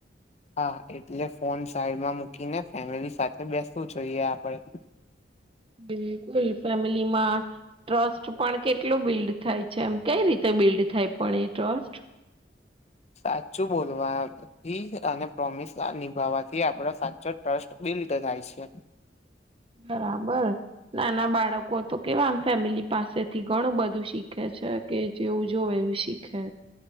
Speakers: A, on the left (about 35°); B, on the right (about 30°).
A: હા એટલે ફોન સાઈડમાં મૂકીને ફેમિલી સાથે બેસવું જોઈએ આપડે.
B: હું. બિલકુલ. ફેમિલીમાં ટ્રસ્ટ પણ કેટલું બિલ્ડ થાય છે એમ. કઈ રીતે બિલ્ડ થાય પણ એ ટ્રસ્ટ
A: સાચું બોલવાથી અને પ્રોમિસ નિભાવવાથી આપડો સાચો ટ્રસ્ટ બિલકુલ. રીતે થાય છે.
B: <unintelligible> <inaudible> બરાબર નાના બાળકો તો કેવા ફેમિલી પાસેથી ઘણું બધું શીખે છે કે જેવું જોવે એવું શીખે.